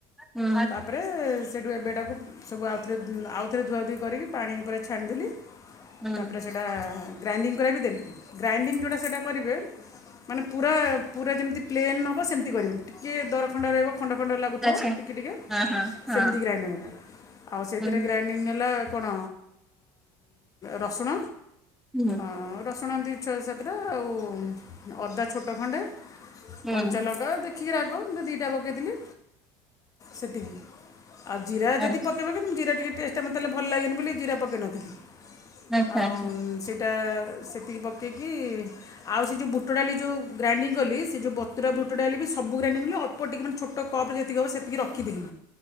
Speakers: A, in the centre; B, on the left (about 35°).
A: ହୁଁ
B: ତାପରେ ସେଇଠୁ ଏବେଟାକୁ ସବୁ ଆଉଥରେ ଆଉଥରେ ଧୁଆଧୁୋଇଇ କରିକି ପାଣି ପୁରା ଛାଣିଦେଲି
A: ହୁଁ
B: ତାପରେ ସେଇଟା ଗ୍ରାଇଣ୍ଡିଙ୍ଗ କର ବି ଦେଲି ଗ୍ରାଇଣ୍ଡିଙ୍ଗ ଯେଉଁଟା ସେଇଟା କରିବେ ମାନେ ପୁରା ପୁରା ଯେମିତି ପ୍ଲେନ୍ ହେବ ସେମିତି କରିବନି ଟିକିେ ଦର ଖଣ୍ଡ ରହିବ ଖଣ୍ଡ ଖଣ୍ଡରେ ଲାଗୁଥିବ
A: ଆଚ୍ଛା
B: ଟିକେ ଟିକେ
A: ହଁ ହଁ ହଁ
B: ସେମିତି ଗ୍ରାଇଣ୍ଡିଙ୍ଗ ହେବ ଆଉ ସେଥିରେ
A: ହୁଁ
B: ଗ୍ରାଇଣ୍ଡିଙ୍ଗ ହେଲା କଣ ରସୁଣ
A: ହୁଁ
B: ଅ ରସୁଣନ୍ତି ଇଛ ସେଥିଟା ଆଉ ଅଦା ଛୋଟ ଖଣ୍ଡେ
A: ହୁଁ
B: କଞ୍ଚାଲଙ୍କା ଦେଖିକି ରାଗ ମୁ ଦିଟା ପକେଇଥିଲି ସେତିକି ଆଉ ଜିରା ଯଦ
A: ଆଚ୍ଛା
B: ପକେଇବେ କି ମୁଁ ଜରା ଟିକେ ଟେଷ୍ଟା ମତେଲେ ଭ ଲାଗନି ବୋଲି ଜିରା ପକେଇ ନଥିଲି
A: ଆଚ୍ଛା
B: ଆଉ
A: ଆଚ୍ଛା
B: ସେଇଟା ସେତିକି ପକେଇକି ଆଉ ସେ ଯୋଉ ବୁଟ ଡ଼ାଲି ଯୋଉ ଗ୍ରାଇଣ୍ଡିଙ୍ଗ କଲି ସେ ଯୋଉ ବତୁରା ବୁଟ ଡାଲି ବି ସ ପୁରା ନେଇଗଲି ଅଳ୍ପ ଟିକେ ମାନେ ଛୋଟ କପରେ ଯେ ତିକି ହେବ ସେତିକି ରଖିଥିଲି